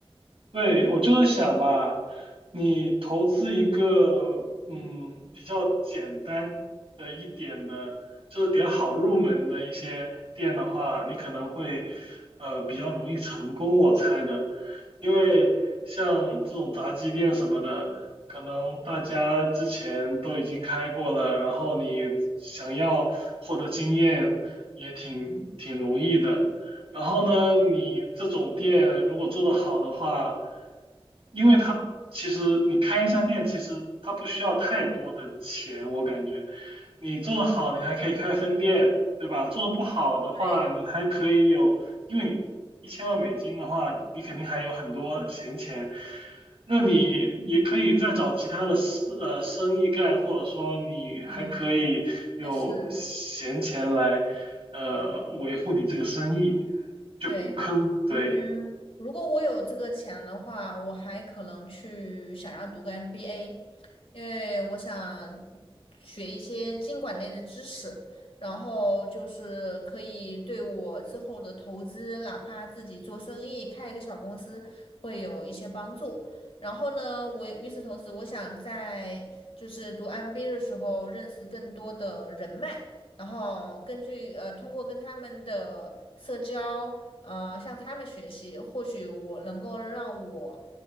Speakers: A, on the right; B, on the left.
A: 对，我就是想吧，你投资一个嗯比较简单的一点的，就是比较好入门的一些店的话，你可能会呃比较容易成功，我猜的，因为像这种炸鸡店什么的，可能大家之前都已经开过了，然后你想要获得经验也挺挺容易的。然后呢，你这种店如果做得好的话，因为它其实你开一家店，其实它不需要太多的钱，我感觉你做得好，你还可以开分店，对吧？做得不好的话，
B: 对，
A: 你还可以有，因为你一千万美金的话，你肯定还有很多闲钱，那你也可以再找其他的事呃生意干，或者说你还可以有闲钱来。
B: 嗯，确实，
A: 呃维护你这个生意，就补坑。
B: 对。
A: 对，
B: 嗯，如果我有这个钱的话，我还可能去想要读个 MBA，因为我想学一些经管类的知识，然后就是可以对我之后的投资，哪怕自己做生意，开一个小公司，会有一些帮助。然后呢，我与此同时，我想在就是读 MBA 的时候认识更多的人脉。然后根据呃，通过跟他们的社交，呃，向他们学习，或许我能够让我